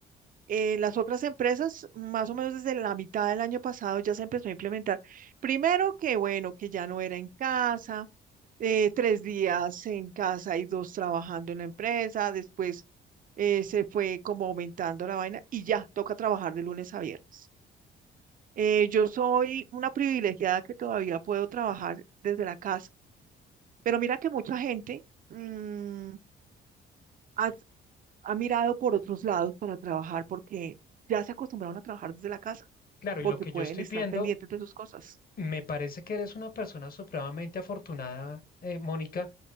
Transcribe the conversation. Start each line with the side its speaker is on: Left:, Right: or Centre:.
Right: En las otras empresas, más o menos desde la mitad del año pasado, ya se empezó a implementar. Primero que bueno, que ya no era en casa, eh, tres días en casa y dos trabajando en la empresa. Después eh, se fue como aumentando la vaina y ya toca trabajar de lunes a viernes. Eh, yo soy una privilegiada que todavía puedo trabajar desde la casa, pero mira que mucha gente mm, ha, ha mirado por otros lados para trabajar porque ya se acostumbraron a trabajar desde la casa,
Left: Claro, y
Right: porque
Left: lo que
Right: pueden
Left: yo estoy
Right: estar
Left: viendo,
Right: pendientes de sus cosas.
Left: me parece que eres una persona supremamente afortunada, eh, Mónica,